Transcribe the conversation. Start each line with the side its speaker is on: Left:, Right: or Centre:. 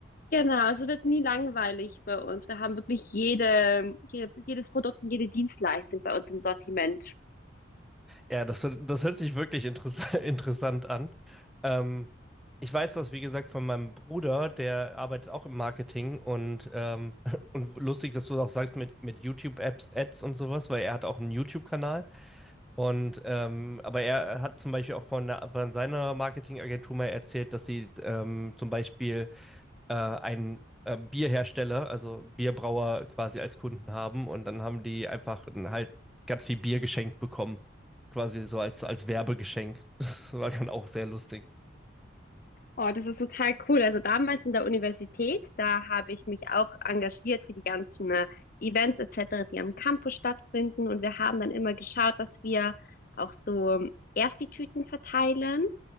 Left: genau, es wird nie langweilig bei uns. Wir haben wirklich jede, jede, jedes Produkt und jede Dienstleistung bei uns im Sortiment.
Centre: Ja, das, hört- das hört sich wirklich interess <laughs> interessant an. Ähm, ich weiß das, wie gesagt, von meinem Bruder, der arbeitet auch im Marketing und, ähm, <laughs> und lustig, dass du auch sagst mit, mit YouTube-Apps, Ads und sowas, weil er hat auch einen YouTube-Kanal. Und ähm, aber er hat zum Beispiel auch von, einer- von seiner Marketingagentur mal erzählt, dass sie ähm, zum Beispiel äh, einen äh, Bierhersteller, also Bierbrauer quasi als Kunden haben und dann haben die einfach n- halt ganz viel Bier geschenkt bekommen. Quasi so als, als Werbegeschenk. <laughs> Das war dann auch sehr lustig.
Left: Oh, das ist total cool. Also damals in der Universität, da habe ich mich auch engagiert für die ganzen äh, Events etc., die am Campus stattfinden. Und wir haben dann immer geschaut, dass wir auch so ähm, Ersti-Tüten verteilen.